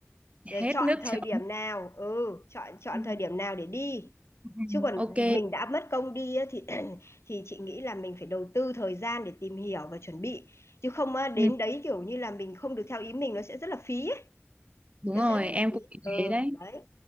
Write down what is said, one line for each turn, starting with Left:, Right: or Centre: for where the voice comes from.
Right: Hết
Left: rồi chọn
Right: nước
Left: thời
Right: chấm.
Left: điểm nào ừ chọn chọn
Right: Ừ.
Left: thời điểm nào để đi
Right: Ừ,
Left: chứ còn
Right: Ok.
Left: mình đã mất công đi á, thì <clears throat> thì chị nghĩ là mình phải đầu tư thời gian để tìm hiểu và chuẩn bị chứ không á, đến
Right: Ừ.
Left: đấy kiểu như là mình không được theo ý mình nó sẽ rất là phí ấy.
Right: đúng
Left: nó
Right: rồi
Left: sẽ rất là
Right: em
Left: phí
Right: cũng nghĩ
Left: ừ
Right: thế đấy
Left: đấy